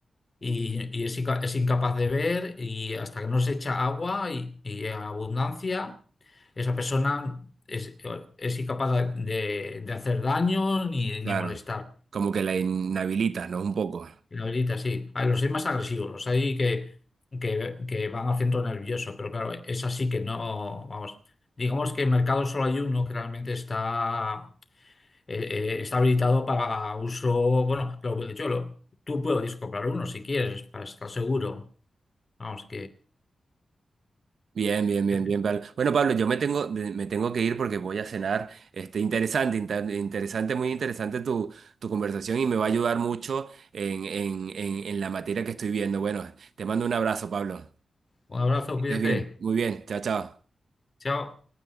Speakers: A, on the left; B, on the right.
A: y, y es, inca- es incapaz de ver y hasta que no se echa agua y, y en abundancia, esa persona es, es incapaz de, de hacer daño ni, ni
B: claro.
A: molestar.
B: Como que la inhabilitas, ¿no? Un poco.
A: La habilita, sí. A los hay más agresivos, los hay que, que, que van al centro nervioso, pero claro, es así que no, vamos, digamos que en mercado solo hay uno que realmente está, eh, eh, está habilitado para uso, bueno, lo, de hecho, lo- tú puedes comprar uno si quieres, para estar seguro. Vamos,
B: Bien, bien, bien,
A: que que-
B: bien, Pablo. Bueno, Pablo, yo me tengo, de- me tengo que ir porque voy a cenar. Este, interesante, inter- interesante, muy interesante tu, tu conversación y me va a ayudar mucho en, en, en en la materia que estoy viendo. Bueno, te mando un abrazo, Pablo.
A: un abrazo,
B: Que
A: cuídate,
B: Estés bien, muy bien. Chao, chao.
A: chao.